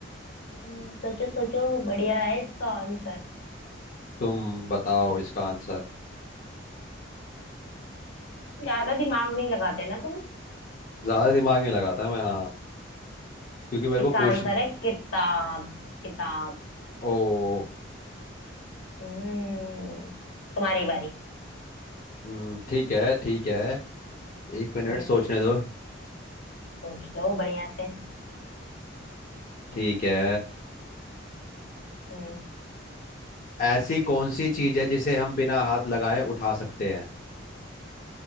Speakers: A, on the left; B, on the left.
A: हम्म, सोचो सोचो बढ़िया है इसका आंसर
B: तुम बताओ इसका आंसर
A: ज्यादा दिमाग नहीं लगाते ना तुम
B: ज्यादा दिमाग नहीं लगाता मैं हाँ क्योंकि मेरे
A: इसका
B: को पूछने
A: आंसर है किताब किताब
B: ओ
A: हम्म तुम्हारी बारी
B: हम्म, ठीक है ठीक है एक मिनट
A: हम्म
B: सोचने दो
A: सोच लो बढ़िया से
B: ठीक है
A: हम्म
B: ऐसी कौन सी चीज है जिसे हम बिना हाथ लगाए उठा सकते हैं